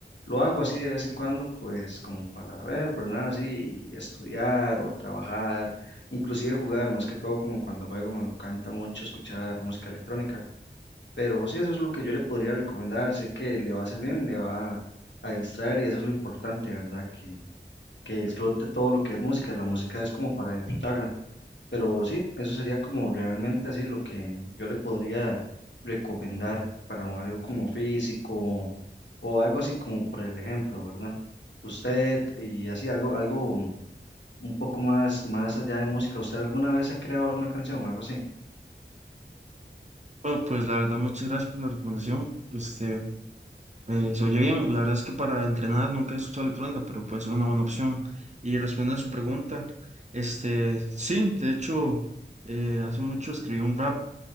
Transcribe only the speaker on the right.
Bueno, pues la verdad, muchas gracias por la recomendación. Este, eh, se oye bien. La verdad es que para entrenar nunca he escuchado electrónica, pero puede ser una buena opción. Y respondiendo a su pregunta, este, sí, de hecho, eh, hace mucho escribí un rap.